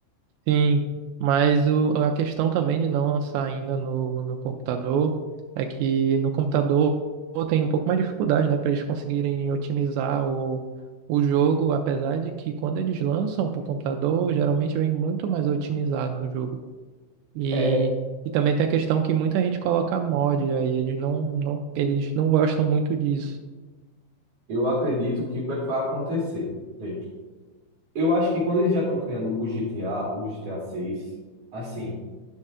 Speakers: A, on the right; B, on the right.
A: sim, mas o, a questão também de não lançar ainda no, no computador é que no computador tem um pouco mais de dificuldade, né, para eles conseguirem otimizar o, o jogo, apesar de que quando eles lançam para o computador, geralmente vem muito mais otimizado o jogo. E,
B: É,
A: e também tem a questão que muita gente coloca mod aí, eles não, não, eles não gostam muito disso.
B: eu acredito que o que é que vai acontecer. Vê, Eu acho que quando eles já estão criando o GTA, o GTA 6, assim,